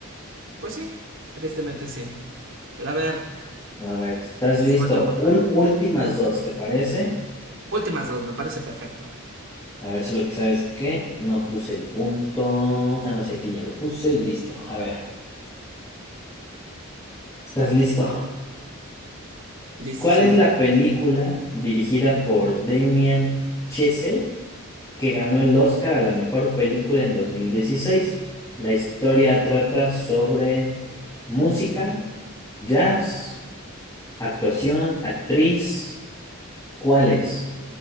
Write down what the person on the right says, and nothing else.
Pues sí, tristemente sí. Pero a ver,
suéltame
otra.
Últimas dos, me parece perfecto.
Listísimo.